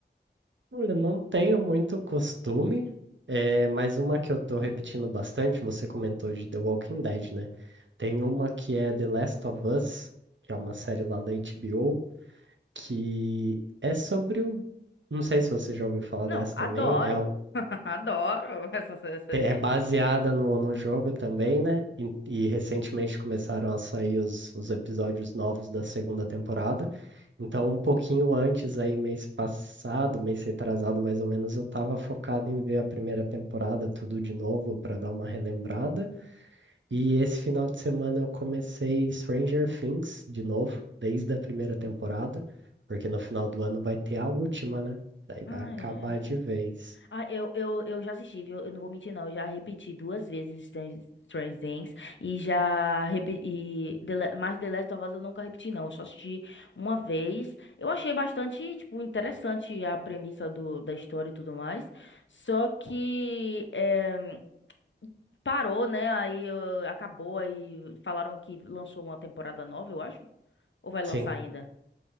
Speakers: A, on the right; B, on the left.
A: Olha, não tenho muito costume, é, mas uma que eu tô repetindo bastante, você comentou de The Walking Dead, né? Tem uma que é The Last of Us, que é uma série lá da HBO, que é sobre o. Não sei se você já ouviu falar
B: Não,
A: dessa
B: adoro.
A: também. É, o-
B: <laughs> Adoro essa série.
A: te- é baseada no, no jogo também, né? E, e recentemente começaram a sair os, os episódios novos da segunda temporada. Então, um pouquinho antes, aí, mês passado, mês retrasado mais ou menos, eu estava focado em ver a primeira temporada, tudo de novo, para dar uma relembrada. E esse final de semana eu comecei Stranger Things de novo, desde a primeira temporada, porque no final do ano vai ter a última, né? Daí
B: Ah,
A: vai acabar
B: é.
A: de vez.
B: Ah, eu, eu, eu já assisti, viu? Eu não vou mentir, não. Eu já repeti duas vezes Strange, Strange Things e já repeti. Mas The Last of Us eu nunca repeti, não. Eu só assisti uma vez. Eu achei bastante, tipo, interessante a premissa do, da história e tudo mais. Só que eh, parou, né? Aí eu- acabou, aí falaram que lançou uma temporada nova, eu acho. Ou vai lançar
A: Sim.
B: ainda?